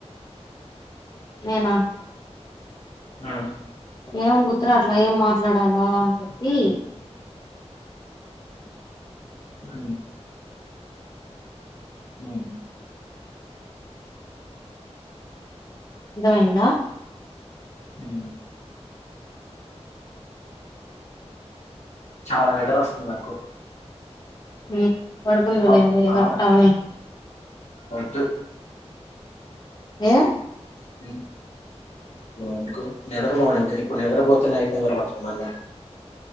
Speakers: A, on the left; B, on the left.
A: నేన
B: ఆ
A: ఏం గుర్తు రాట్లా ఏం మాట్లాడాలో అని చెప్పి
B: అ అ
A: అర్థమైందా
B: ఉ చాలా నిద్ర వస్తుంది నాకు
A: ఆ పడుకుందవులే
B: ఆప్
A: ఇదొక్కటి
B: ఆప్
A: అవ్వని
B: వద్దు
A: ఏ
B: <unintelligible> ఎందుకు నిద్రపోను ఇంకా ఇప్పుడు నిద్రపోతే నైట్ నిద్ర పట్టదు మళ్ళ